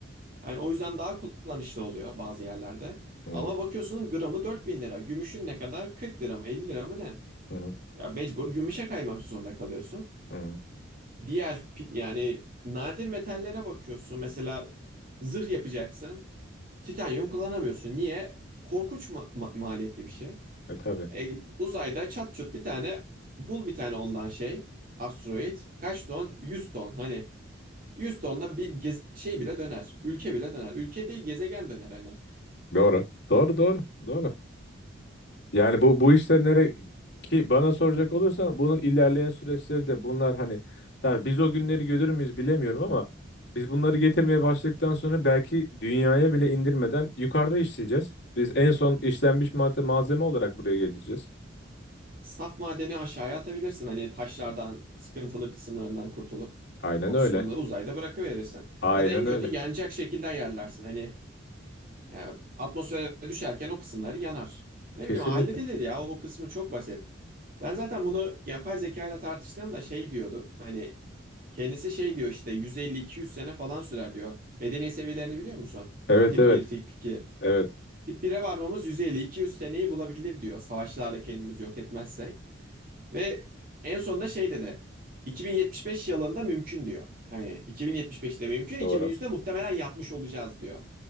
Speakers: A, on the right; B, on the left.
A: Hani o yüzden daha kullanışlı oluyor bazı yerlerde.
B: Hı
A: Ama
B: hı.
A: bakıyorsun gramı 4000 lira. Gümüşün ne kadar? 40 lira mı? 50 lira mı ne?
B: Hı hı.
A: Ya mecbur gümüşe kaymak zorunda kalıyorsun.
B: hı
A: Diğer pi- yani nadir metallere bakıyorsun. Mesela zırh yapacaksın. Titanyum kullanamıyorsun. Niye? Korkunç ma- ma- maliyetli bir şey.
B: E tabii.
A: E, uzayda çat çut bir tane bul bir tane ondan şey. Asteroid. Kaç ton? 100 ton. Hani 100 tonla bir gez- şey bile döner. Ülke bile döner. Ülke değil gezegen döner hani.
B: Doğru. Doğru doğru. Doğru. Yani bu bu işler nereye ki bana soracak olursan bunun ilerleyen süreçleri de bunlar hani tabii biz o günleri görür müyüz bilemiyorum ama biz bunları getirmeye başladıktan sonra belki dünyaya bile indirmeden yukarıda işleyeceğiz. Biz en son işlenmiş madde malzeme olarak buraya geleceğiz.
A: Saf madeni aşağıya atabilirsin. Hani taşlardan, sıkıntılı kısımlarından kurtulup
B: Aynen
A: o
B: öyle.
A: kısmını da uzayda bırakıverirsin.
B: Aynen
A: Ya da en
B: öyle.
A: kötü yanacak şekilde ayarlarsın. Hani ya, atmosfere düşerken o kısımları yanar. Ne
B: Kesinlikle.
A: bileyim halledilir ya o, o kısmı çok basit. Ben zaten bunu yapay zeka ile tartıştığımda şey diyordu. Hani Kendisi şey diyor işte 150-200 sene falan sürer diyor. Medeniyet seviyelerini biliyor musun?
B: Evet
A: Tip
B: evet.
A: bir, tip iki.
B: Evet.
A: Tip bir'e varmamız 150-200 seneyi bulabilir diyor. Savaşlarla kendimizi yok etmezsek. Ve en sonunda şey dedi. 2075 yılında mümkün diyor. Hani 2075'te mümkün, 2100'de
B: Doğru.
A: muhtemelen yapmış olacağız diyor.